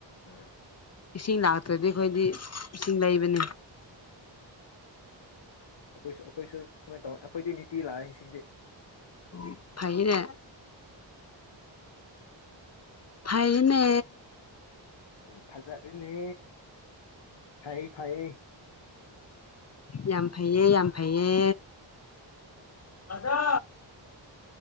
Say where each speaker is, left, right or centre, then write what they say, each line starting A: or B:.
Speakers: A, on the left; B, on the left.
A: ꯑꯥ
B: ꯏꯁꯤꯡ ꯂꯥꯛꯇ꯭ꯔꯗꯤ ꯑꯩꯈꯣꯏꯗꯤ ꯏꯁꯤꯡ ꯂꯩꯕꯅꯤ
A: ꯑꯩꯈꯣꯏꯁꯨ ꯑꯩꯈꯣꯏꯁꯨ ꯁꯨꯃꯥꯏ ꯇꯧꯋꯅꯤ ꯑꯩꯈꯣꯏꯗꯤ ꯅꯤꯇꯤ ꯂꯥꯛꯏꯦ
B: ꯎ ꯐꯩꯩꯅ ꯐꯥꯏꯅꯦ
A: ꯎ ꯐꯖꯥꯅꯦ ꯐ ꯐꯌꯦ
B: ꯌꯥꯝ ꯐꯩꯌꯦ ꯌꯥꯝ ꯐꯩꯌꯦ ꯑꯗ